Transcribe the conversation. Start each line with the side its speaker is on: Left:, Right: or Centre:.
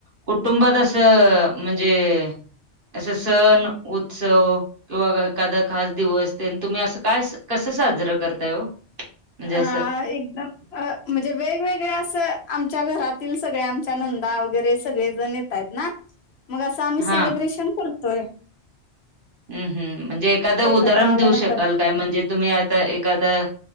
Right: कुटुंबात असं म्हणजे असे सण, उत्सव किंवा एखादा खास दिवस, तुम्ही असं काय, कसं साजरं करताय ओ? म्हणजे
Left: हा
Right: असं
Left: एकदम अं म्हणजे वेगवेगळ्या असं, आमच्या घरातील सगळे, आमच्या नंदा वगैरे सगळे जण येत आहेत ना.
Right: <inaudible>
Left: मग असं आम्ही
Right: हां.
Left: सेलिब्रेशन करतोय.
Right: हम्म हम्म म्हणजे एखादं
Left: एकत्र
Right: उदाहरण
Left: आल्यानंतर
Right: देऊ शकाल काय? म्हणजे तुम्ही आता एखादं